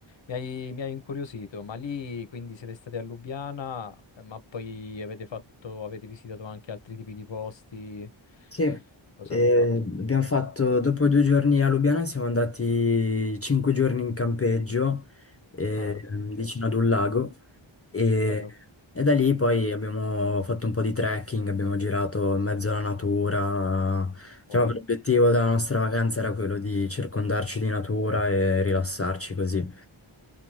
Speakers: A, on the left (about 60°); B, on the left (about 30°).
A: mi hai, mi hai incuriosito, ma lì quindi siete stati a Lubiana, eh, ma poi avete fatto, avete visitato anche altri tipi di posti,
B: Sì,
A: cosa
B: eh,
A: avete fatto?
B: abbiamo fatto, dopo due giorni a Lubiana siamo andati cinque giorni in campeggio eh,
A: Ah, ok,
B: vicino ad un lago e,
A: bello,
B: e da lì poi abbiamo fatto un po' di trekking, abbiamo girato in mezzo alla natura. Diciamo
A: wow.
B: che l'obiettivo della nostra vacanza era quello di circondarci di natura e rilassarci così.